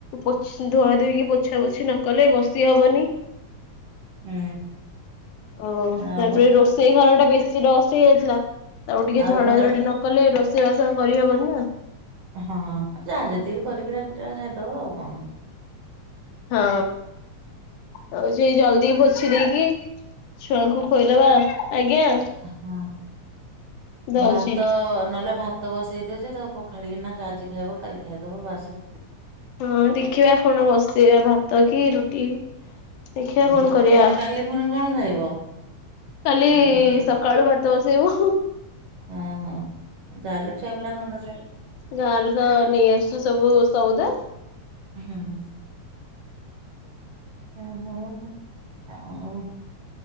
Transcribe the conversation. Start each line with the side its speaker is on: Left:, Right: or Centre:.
Left: ପୋଛ୍ ଧୁଆ ଧୋଇକି ପୋଛାପୋଛି ନ କଲେ ବସି ହବନି।
Right: ହୁଁ।
Left: ଓହ
Right: ଆଉ
Left: ତାପରେ ରୋଷେଇ ଘର ଟା ବେଶୀ ରସ ହେଇଯାଇଥିଲା ତାକୁ ଟିକେ
Right: ଆଉ
Left: ଝଡା
Right: ଘର
Left: ଝଡି ନ କଲେ ରୋଷେଇ ବାସ କରି ହବନି ନା।
Right: ହଁ ଯାହା ଯେତିକି କରିକି ରାତିଟା ଖାଇଦବ ଆଉ କଣ।
Left: ହଁ। ହୋଉଛି ଜଲଦି ପୋଛି ଦେଇକି ଛୁଆଙ୍କୁ ଖୋଇଦବା ଆଜ୍ଞା।
Right: ହଁ
Left: ଦଉଛି।
Right: ଭାତ ନହେଲେ ଭା ଭତ ବସେଇ ଦିଉଛି ତାକୁ ପଖାଳିକି ନା ଆଜି ଖାଇବ କାଲି ଖାଇଦବ ବାସରେ।
Left: ହଁ ଦେଖିବା କଣ ବସେଇବା, ଭାତ କି ରୁଟି, ଦେଖିବା କଣ
Right: ରୁଟି
Left: କରିବା
Right: କଲେ
Left: ଆଉ।
Right: କାଲି ପୁଣି କଣ ଖାଇବ?
Left: କାଲି
Right: ଭାତ।
Left: ସକାଳୁ ଭାତ ବସେଇବୁ।
Right: ଓଁ ହଁ ତାହେଲେ ଛୁଆପିଲା ଧନ୍ଦା ସା
Left: ଗାଁ ରୁ ତ ନେଇଆସିଛୁ ସବୁ ସଉଦା।
Right: ହୁଁ। ହୁଁ ହୋ ହ। ଆଉ